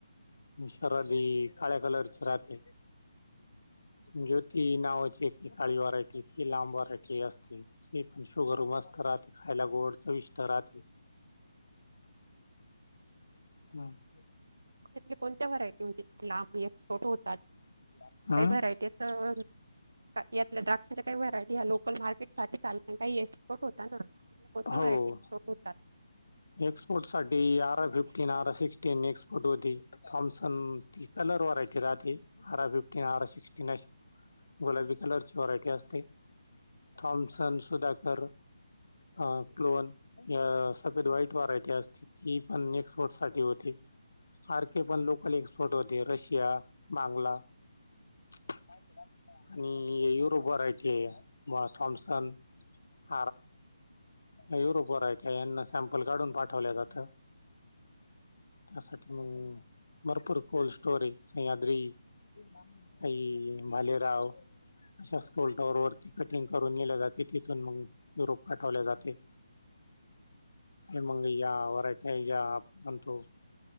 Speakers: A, on the left (about 75°); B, on the right (about 85°).
A: शर्वाात काळ्या कलरची राहाते. ज्योती नावाची एक काळी व्हरायटी ती लांब व्हरायटी असते. पण शुगर मस्त राहते. खायला गोडच चवीष्ठ राहते. हो. <inaudible>
B: त्यातल्या कोणत्या व्हरायटी म्हणजे लांब एक्सपोर्ट होतात,
A: हम्म
B: काही व्हरायटी असं, का यातल्या द्राक्षाच्या काही व्हरायटी या लोकल मार्केट साठी चाल काही एक्सपोर्ट होता ना, कोणत व्हरायटी
A: हो
B: एक्सपोर्ट होता?
A: एक्सपोर्ट साठी आरा फिफ्टीन आरा सिक्सटीन एक्सपोर्ट होती. थॉम्सन, ती कलर व्हेरायटी राहती आर फिफ्टीन आर सिक्स्टीन अशी गुलाबी कलर ची व्हरायटी असते. थॉमसन सुधाकर. अ क्लोन सफेद व्हाईट व्हेरायटी असते. ती पण नेक्स्ट वर्ष साठी होती. सारखे पण लोकल एक्सपोर्ट होते रशिया, बांगला. आणि युरोप व्हेरायटी आहे थॉम्सन <inaudible> का यांना सॅम्पल काढून पाठवल्या जात. त्यासाठी मग भरपूर कोल्ड स्टोर आहे सह्याद्री. का भालेराव अशा स्कूल टॉवर वरती कटिंग करून नेल्या जाते. मग युरोप पाठवले जाते. काई वरटय <inaudible> म्हणतो,